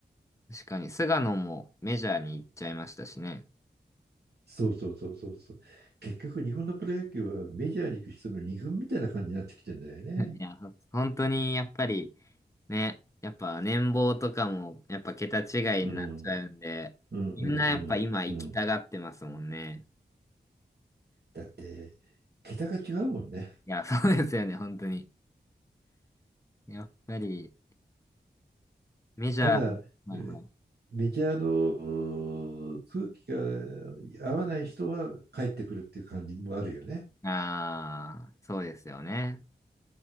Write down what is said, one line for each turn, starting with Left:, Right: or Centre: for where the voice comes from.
Left: 確かに、菅野もメジャーに行っちゃいましたしね。
Right: そうそうそうそうそう。結局日本のプロ野球はメジャーに行く人の二軍みたいな感じになってきてんだよね。
Left: いや、本当にやっぱり、ね、やっぱ年俸とかも、やっぱ桁違いになっちゃうんで、
Right: うん。うんうんうんうん。
Left: みんなやっぱ今行きたがってますもんね。
Right: だって、桁が違うもんね。
Left: いや、そうですよね、本当に。やっぱり、メジャー、
Right: ただ、
Left: はいはい
Right: えーメディアの空気が合わない人は帰ってくるっていう感じもあるよね。
Left: ああ、そうですよね。